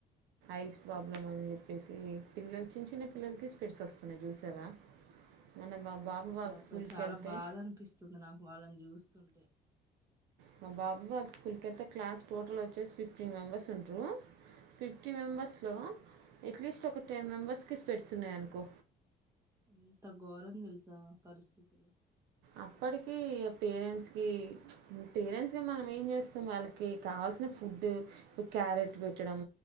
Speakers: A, on the right; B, on the right.
A: ఐస్ ప్రాబ్లమ్ అని చెప్పేసి పిల్లలు చిన్న చిన్న పిల్లలకి స్పెట్స్ వస్తున్నాయి చూసారా మొన్న మా
B: అవునక్క
A: బాబు వాళ్ళ
B: అసలు
A: స్కూల్కి
B: చాలా
A: వెళ్తే
B: బాధ అనిపిస్తుంది నాకు వాళ్ళని చూస్ తుంటే
A: మా బాబాు వాళ్ళ స్కూల్కి వెళ్తే క్లాస్ టోటల్ వచ్చేసి ఫిఫ్టీమెంబెర్స్ ఉంట్రు ఫిఫ్టీ మెంబెర్స్లో ఎట్లీస్ట్ ఒక టెన్ మెంబెర్స్కి స్పెట్స్ ఉన్నాయి అనుకో
B: ఎంత ఘోరం తెలుసా పరిస్థితిలు
A: అప్పటికిీ ఇగ పేరెంట్స్కి పేరెంట్స్కి మనం ఏం చేస్తాం వాళ్ళకి కావాల్సిన ఫుడ్డు ఇప్పుడు క్యారెట్ పెట్టడం